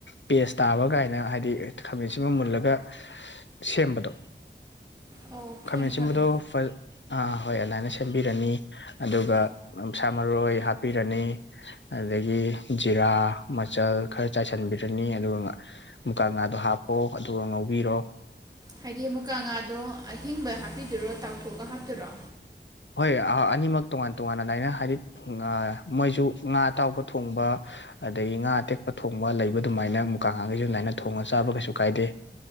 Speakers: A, on the left; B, on the right.
A: ꯄꯦꯁ ꯇꯥꯕ ꯀꯥꯏꯅ ꯍꯥꯏꯗꯤ ꯈꯥꯃꯦꯟꯁꯤꯟꯕ ꯃꯨꯜꯂꯒ ꯁꯦꯝꯕꯗꯣ
B: ꯑꯧ
A: ꯈꯥꯃꯦꯟꯁꯤꯕꯗꯣ
B: ꯈꯪꯉꯦ ꯈꯪꯉꯦ
A: ꯍꯣꯏ ꯑꯗꯨꯃꯥꯏꯅ ꯁꯦꯝꯕꯤꯔꯅꯤ ꯑꯗꯨꯒ
B: ꯎꯝ
A: <unintelligible> ꯃꯔꯣꯏ ꯍꯥꯞꯄꯤꯔꯅꯤ ꯑꯗꯨꯗꯒꯤ ꯖꯤꯔꯥ ꯃꯆꯜ ꯈꯔ ꯆꯥꯏꯁꯤꯟꯕꯤꯔꯅꯤ ꯑꯗꯨꯒ ꯃꯨꯀ ꯉꯥꯗꯣ ꯍꯥꯞꯄꯣ ꯑꯗꯨꯒ ꯉꯧꯕꯤꯔꯣ
B: ꯍꯥꯏꯗꯤ ꯃꯨꯀꯥ ꯉꯥꯗꯣ ꯑꯍꯤꯡꯕ ꯍꯥꯞꯄꯤꯗꯔꯣ ꯇꯥꯎꯊꯣꯛꯑꯒ ꯍꯥꯞꯇꯔꯣ
A: ꯍꯣꯏ ꯑꯅꯤꯃꯛ ꯇꯣꯉꯥꯟ ꯇꯣꯉꯥꯟꯅ ꯗꯥꯏꯅ ꯍꯥꯏꯗꯤ ꯃꯣꯏꯁꯨ ꯉꯥ ꯑꯇꯥꯎꯕ ꯊꯣꯡꯕ ꯑꯗꯒꯤ ꯉꯥ ꯑꯇꯦꯛꯄ ꯊꯣꯡꯕ ꯂꯩꯕ ꯑꯗꯨꯃꯥꯏꯅ ꯃꯨꯀꯥꯡꯉꯥꯡꯈꯩꯁꯨ ꯑꯗꯨꯃꯥꯏꯅ ꯊꯣꯡꯉꯒ ꯆꯥꯕ ꯀꯩꯁꯨ ꯀꯥꯏꯗꯦ